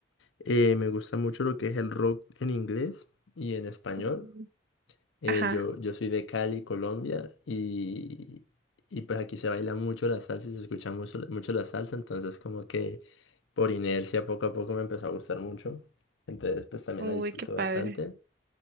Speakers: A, on the left; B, on the right.
A: eh, me gusta mucho lo que es el rock en inglés y en español.
B: Mm.
A: Eh,
B: Ajá.
A: yo, yo soy de Cali, Colombia, y, y pues aquí se baila mucho la salsa y se escucha mucho, mucho la salsa, entonces como que por inercia poco a poco me empezó a gustar mucho, entonces pues también
B: Uy,
A: la disfruto
B: qué padre.
A: bastante.